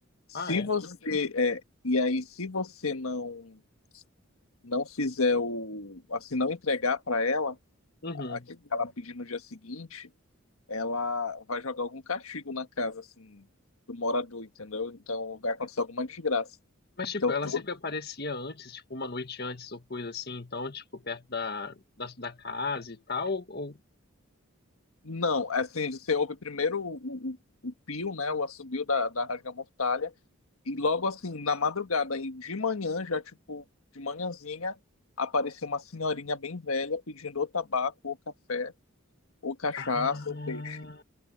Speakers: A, on the left; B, on the left.
A: Se
B: Ah, é?
A: você é, e aí se você não não fizer o assim não entregar para ela
B: Uhum.
A: aquilo que ela pedir no dia seguinte, ela vai jogar algum castigo na casa assim do morador, entendeu? Então vai acontecer alguma desgraça.
B: Mas, tipo,
A: Então
B: ela
A: todo...
B: sempre aparecia antes, tipo, uma noite antes ou coisa assim, então, tipo, perto da, da, da casa e tal, ou... ou-
A: não, assim você ouve primeiro o, o, o pio, né, o assobio da da rasga-mortalha E logo assim, na madrugada, aí de manhã, já tipo, de manhãzinha, apareceu uma senhorinha bem velha pedindo ou tabaco, ou café, ou cachaça,
B: Ah,
A: ou peixe.